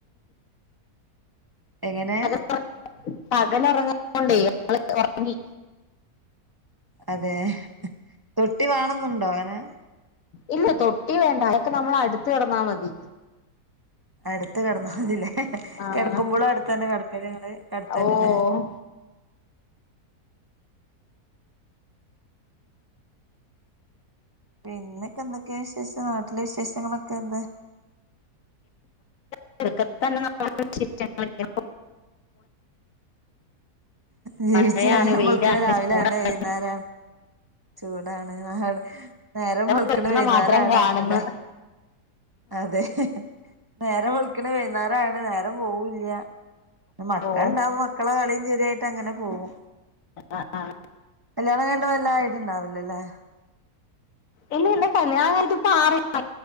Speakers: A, on the right (about 25°); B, on the left (about 60°).
A: എങ്ങനെ
B: <unintelligible> പകല് ഒറങ്ങാത്തോണ്ടേ ആള് ഒറങ്ങി
A: അതെ തൊട്ടി വാണന്നുണ്ടോ അങ്ങനെ
B: ഇല്ല തൊട്ടി വേണ്ട അതെക്കെ നമ്മൾ അട്ത്ത് കെടന്നാ മതി
A: അട്ത്ത് കെട്ന്നാ മതില്ലേ
B: ആഹ്
A: കെട്ക്കുമ്പളും അട്ത്തെന്നെ കെട്ക്കല് ങ്ങള് കെട്ത്തല്
B: ഓഹ്
A: ലെ പിന്നെക്കെ എന്തെക്കെ വിശേഷം നാട്ടിലെ വിശേഷങ്ങളൊക്കെ എന്ത?
B: <unintelligible>
A: നീച്ച്
B: മഴയാണ്
A: നേരം
B: വെയിലാണ്
A: വെള്ക്ക്‌ണ് രാവിലെ
B: ചൂടാണ്
A: ആവ്ണ് വൈന്നേരം ചൂടാണ് നാട് നേരം വെള്ക്ണ്
B: വെളുക്കണ
A: വൈന്നേരാവ്ണ്
B: മാത്രം കാണുന്ന്
A: അങ്ങനെന്നെ അതെ നേരം വെള്ക്ക്‌ണ് വൈന്നേരാക്ണ് നേരം പോവൂല്ല്യാ മക്കളുണ്ടാവുമ്പം
B: ഓഹ്
A: മക്കളെ കളീം ചിരിയായിട്ടങ്ങനെ പോവും
B: ആഹ് ആഹ്
A: കല്യാണം കയ്ഞ്ട്ട് വല്ലായിട്ടുണ്ടാവില്ലല്ലേ
B: ഇല്ല എന്റെ കല്ലിയാണം കയ്ഞ്ഞിട്ട് ഇപ്പ ആറ്